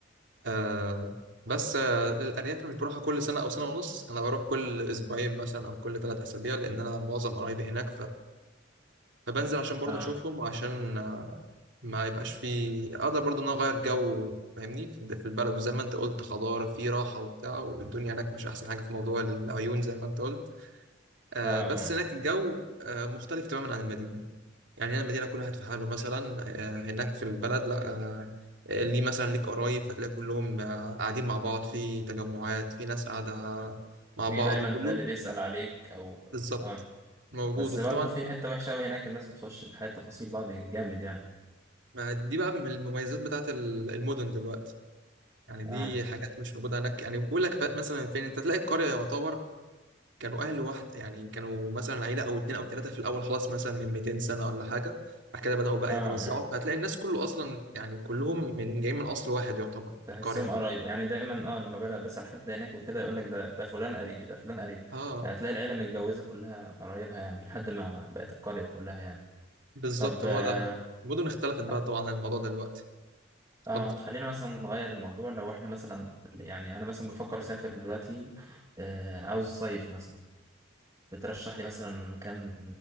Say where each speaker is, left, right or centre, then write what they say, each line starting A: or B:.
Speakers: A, on the right; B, on the right.
A: آه بس آه الارياف أنا مش بروحها كل سنه او سنه ونص انا بروح كل اسبوعين مثلا او كل ثلاث اسابيع لان انا معظم قرايبي هناك فبنزل عشان برضه
B: اه
A: اشوفهم وعشان آه، ما يبقاش في اقدر برضه ان انا اغير جو فاهمني في الد- في البلد زي ما انت قلت خضار في راحه وبتاع والدنيا هناك مش احسن حاجه في موضوع العيون زي ما انت قلت آه
B: اه
A: بس
B: آه.
A: هناك الجو آه مختلف تماما عن المدينه يعني هنا المدينه كل واحد في حاله مثلا آه هناك في البلد لا آه ليه مثلا ليك قرايب فتلاقي كلهم آه قاعدين مع بعض في تجمعات في ناس قاعده مع
B: في
A: بعض
B: دايما
A: وكلهم
B: تلاقي اللي بيسأل عليك او
A: بالظبط
B: اه
A: موجود
B: بس
A: وطبعا
B: برضو في حتة وحشة أوي هناك الناس بتخش في حياة تفاصيل بعض جامد يعني
A: ما دي بقى من المميزات بتاعت ال- المدن دلوقتي يعني دي
B: اه
A: حاجات مش موجودة هناك يعني بيقول لك ف- مثلا فين انت تلاقي القرية يعتبر كانوا أهل واحد يعني كانوا مثلا عيلة أو اتنين أو تلاتة في الأول خلاص مثلا من 200 سنة ولا حاجة بعد كده بدأوا بقى
B: اه
A: يتوزعوا
B: آه.
A: فهتلاقي الناس كله أصلا يعني كلهم من جايين من أصل واحد يعتبر في
B: تحسهم
A: القرية دي
B: قرايب يعني دايما اه لما بلاقي بسأل حد هناك وكده يقول لك ده ده فلان قريبي ده فلان قريبي
A: اه
B: يعني هتلاقي العيلة متجوزة كلها قرايبها يعني لحد ما بقت القرية كلها يعني
A: بالظبط
B: طب
A: هو
B: آه
A: ده المدن اختلفت بقى
B: خ-
A: طبعا عن الموضوع ده دلوقتي اتفضل
B: آه، خلينا مثلا نغير الموضوع لو احنا مثلا يعني انا مثلا بفكر اسافر دلوقتي آه عاوز اصيف مثلا بترشح لي مثلا مكان